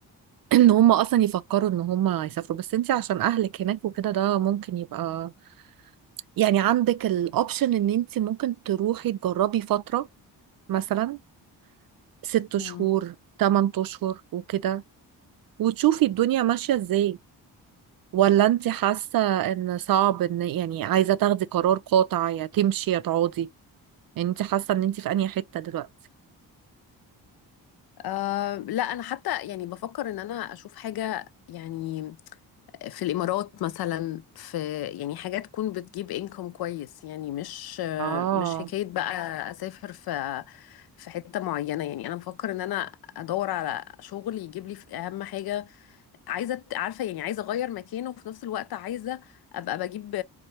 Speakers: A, on the right; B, on the left.
A: <clears throat> ان هم اصلا يفكروا ان هم يسافروا بس انت عشان اهلك هناك وكده ده ممكن يبقى يعني عندك الاوبشن ان انت ممكن تروحي تجربي فترة مثلا ست
B: مم.
A: شهور تمن اشهر وكده وتشوفي الدنيا ماشية ازاي ولا انت حاسة ان صعب ان يعني عايزة تاخدي قرار قاطع يا تمشي يا تقعدي يعني انت حاسة ان انت في انهي حتة دلوقتي
B: آه لا انا حتى يعني بفكر ان انا اشوف حاجه يعني في الإمارات مثلا في يعني حاجة تكون بتجيب انكم كويس يعني مش
A: اه
B: مش حكاية بقى أسافر في في حتة معينة يعني أنا بفكر إن أنا أدور على شغل يجيب لي في أهم حاجة عايزة عارفة يعني عايزة أغير مكانه وفي نفس الوقت عايزة أبقى بجيب